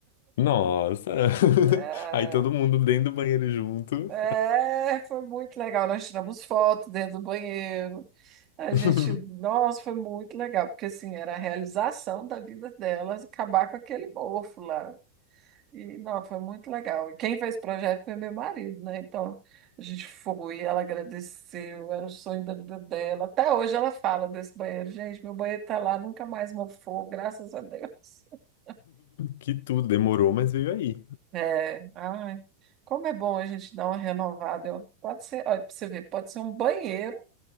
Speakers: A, on the left; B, on the right.
A: Nossa! <laughs>
B: É,
A: Aí todo mundo dentro do banheiro junto.
B: é, foi muito legal. Nós tiramos foto dentro do banheiro. A
A: <laughs>
B: gente, nossa, foi muito legal, porque assim, era a realização da vida dela acabar com aquele mofo lá. E, não, foi muito legal. E quem fez o projeto foi meu marido, né? Então, a gente foi, ela agradeceu, era o sonho da vida dela. Até hoje ela fala desse banheiro. Gente, meu banheiro tá lá, nunca mais mofou, graças a Deus. <laughs>
A: Que tudo, demorou, mas veio aí.
B: É, ai, como é bom a gente dar uma renovada. ó. Pode ser, olha, pra você ver, pode ser um banheiro